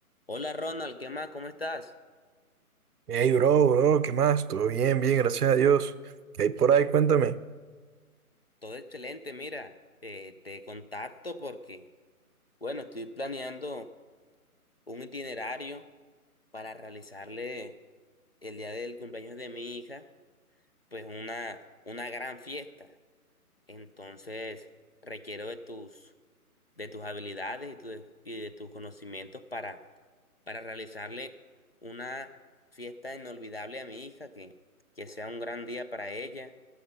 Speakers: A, on the left; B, on the right.
A: Hola Ronald, ¿qué más? ¿Cómo estás?
B: Hey, bro, bro, ¿qué más? Todo bien, bien, gracias a Dios. ¿Qué hay por ahí? Cuéntame.
A: Todo excelente, mira, eh, te contacto porque, bueno, estoy planeando un itinerario para realizarle el día del cumpleaños de mi hija, pues una, una gran fiesta. Entonces, requiero de tus, de tus habilidades y, tu- y de tus conocimientos para, para realizarle una fiesta inolvidable a mi hija, que, que sea un gran día para ella